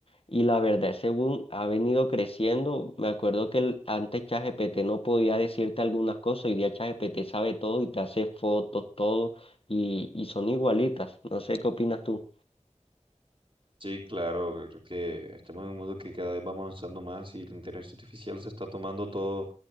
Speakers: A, on the left (about 50°); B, on the right (about 45°).
A: y la verdad, según ha venido creciendo, me acuerdo que el- antes ChatGPT no podía decirte algunas cosas, hoy día ChatGPT sabe todo y te hace fotos, todo, y, y son igualitas. No sé qué opinas tú.
B: Sí, claro, yo creo que estamos en un mundo que cada vez vamos avanzando más y la inteligencia artificial se está tomando todo,